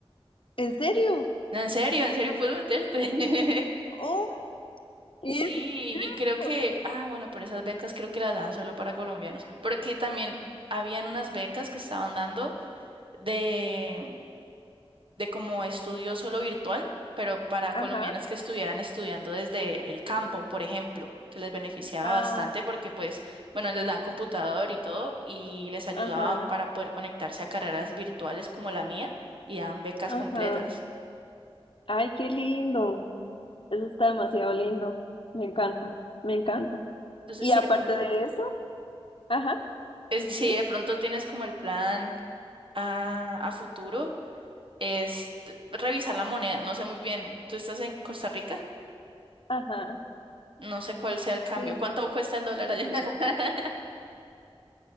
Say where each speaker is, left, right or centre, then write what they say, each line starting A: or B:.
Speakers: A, on the left (about 60°); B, on the right (about 60°).
A: ¿En serio?
B: no, en serio, en serio puedes meterte. <laughs>
A: ¡Oh! ¡Qué
B: Sí,
A: rico!
B: y creo que, ah, bueno, pero esas becas creo que las dan solo para colombianos. Porque también habían unas becas que estaban dando de, de como estudio solo virtual, pero para
A: Ajá,
B: colombianas que estuvieran estudiando desde el campo, por ejemplo, que les beneficiaba
A: ah,
B: bastante porque pues, bueno, les dan computador y todo y les ayudaban
A: ajá,
B: para poder conectarse a carreras virtuales como la mía y dan becas
A: ajá.
B: completas.
A: Ay, qué lindo. Eso está demasiado lindo. Me encanta, me encanta.
B: Entonces,
A: Y
B: sí,
A: aparte
B: de pron-
A: de eso, ajá,
B: es, si
A: dime.
B: de pronto tienes como el plan a, a futuro, es revisar la moneda. No sé muy bien, ¿tú estás en Costa Rica?
A: Ajá,
B: No sé cuál sea el cambio.
A: sí.
B: ¿Cuánto cuesta el dólar allá? <laughs>